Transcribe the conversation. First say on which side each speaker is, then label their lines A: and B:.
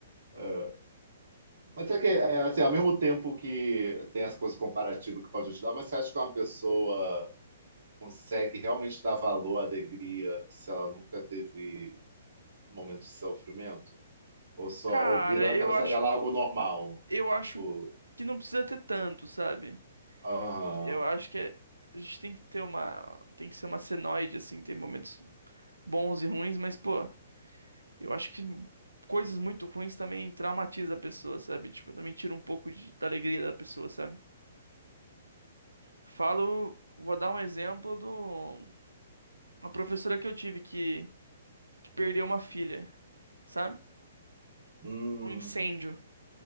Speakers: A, on the right; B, on the right.
A: É. Mas é que, é, assim, ao mesmo tempo que tem as coisas comparativas que pode ajudar, mas você acha que uma pessoa consegue realmente dar valor à alegria se ela nunca teve um momento de sofrimento? Ou só
B: Cara,
A: ou vira na
B: eu
A: cabeça
B: acho,
A: dela algo normal?
B: eu acho
A: Tipo,
B: que não precisa ter tanto, sabe?
A: ah,
B: Eu acho que é- a gente tem que ter uma. Tem que ser uma senoide, assim, tem momentos bons e ruins, mas, pô, eu acho que coisas muito ruins também traumatiza a pessoa, sabe? Tipo, também tira um pouco de- da alegria da pessoa, sabe? Falo, vou dar um exemplo do. Uma professora que eu tive que, que perdeu uma filha, sabe?
A: hum,
B: Um incêndio.